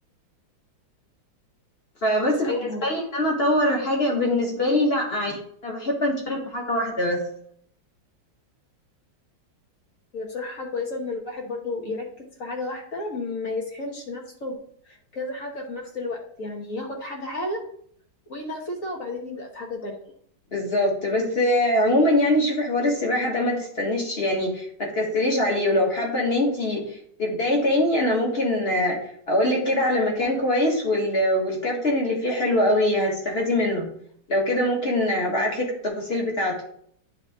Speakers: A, on the left; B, on the left.
A: فبس
B: كويس
A: بالنسبه
B: اوي الموضوع
A: لي ان انا اطور حاجه بالنسبه لي لا يعني انا بحب انشغل في حاجه واحده بس
B: هي بصراحة حاجة كويسة ان الواحد برضو يركز في حاجة واحدة ما يسحنش نفسه كذا حاجة في نفس الوقت يعني ياخد حاجة حاجة وينفذها وبعدين يبدأ في حاجة تانية
A: بالظبط بس آه، عموما يعني شوفي حوار السباحة ده ما تستنيش يعني ما تكسليش عليه ولو حابة ان انتي تبداي تاني انا ممكن آه، اقولك كده على مكان كويس وال... والكابتن اللي فيه حلو قوي هتستفادي منه لو كده ممكن ابعتلك التفاصيل بتاعته